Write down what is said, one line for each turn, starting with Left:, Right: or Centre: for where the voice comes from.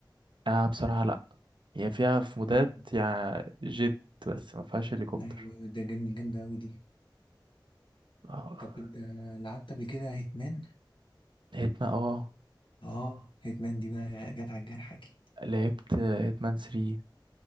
Right: آه بصراحة لأ هي فيها في مودات
Left: مم.
Right: يعني جيت بس ما فيهاش هليكوبتر
Left: ايوه ايوه ده جميل جامدة اوي دي
Right: آه،
Left: طب انت لعبت قبل كده هيتمان؟
Right: هيتمان اه
Left: اه هيتمان دي بقى جت على الجرح اكيد
Right: لعبت هيتمان 3